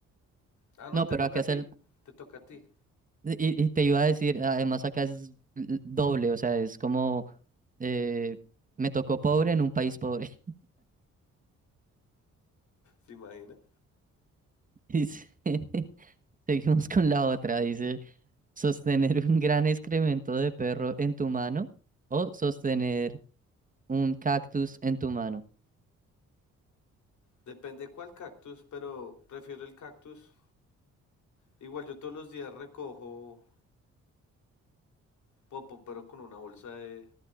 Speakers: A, on the left; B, on the right.
A: Ah, no,
B: No,
A: te
B: pero
A: toca
B: acá
A: a
B: es
A: ti.
B: el...
A: Te toca a ti.
B: Y, y te iba a decir, además acá es l- doble, o sea, es como... eh, me tocó pobre en un país pobre.
A: ¿Se imagina?
B: <laughs> Dice, <laughs> seguimos con la otra. Dice, sostener un gran excremento de perro en tu mano o sostener un cactus en tu mano.
A: Depende cuál cactus, pero prefiero el cactus. Igual yo todos los días recojo Popo, pero con una bolsa de,